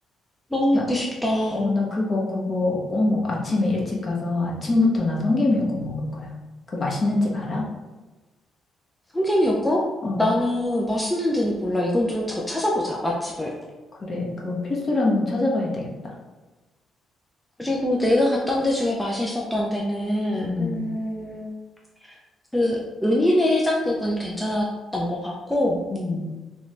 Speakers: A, in the centre; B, on the left.
A: 너무
B: 나,
A: 먹고 싶다.
B: 어, 나 그거, 그거 꼭 먹어. 아침에 일찍 가서 아침부터 나 성게미역국 먹을 거야. 그 맛있는 집 알아?
A: 성게미역국?
B: 어.
A: 나는 맛있는 데는 몰라. 이건 좀 더 찾아보자, 맛집을.
B: 그래. 그건 필수로 한번 찾아봐야 되겠다.
A: 그리고 내가 갔던 데 중에 맛있었던 데는
B: 음,
A: 음, 그 은희네 해장국은 괜찮았던 것 같고
B: 음,